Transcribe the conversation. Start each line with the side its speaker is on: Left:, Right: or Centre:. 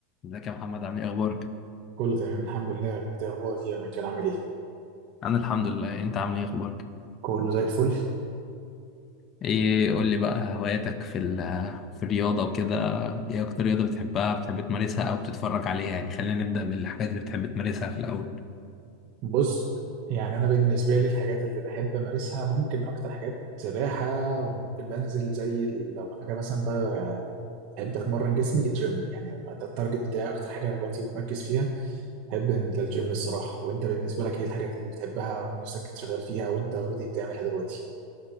Left: ازيك يا محمد عامل ايه اخبارك
Right: كله تمام الحمد لله انت اخبارك ايه يا مايكل عامل ايه
Left: انا الحمد لله انت عامل ايه اخبارك
Right: كله زي الفل
Left: ايه قول لي بقى هواياتك في ال في الرياضه وكده ايه اكتر رياضه بتحبها بتحب تمارسها او بتتفرج عليها يعني خلينا نبدا بالحاجات اللي بتحب تمارسها في الاول
Right: بص يعني انا بالنسبه لي الحاجات اللي بحب امارسها ممكن اكتر حاجات سباحه وممكن بنزل زي ال- لو حاجه مثلا بقى بحب اتمرن جسمي الجيم يعني ده التارجت بتاعي اكتر حاجه دلوقتي ومركز فيها بحب انزل الجيم الصراحه وانت بالنسبه لك ايه الحاجات اللي بتحبها ونفسك تشتغل فيها وانت اوريدي بتعملها دلوقتي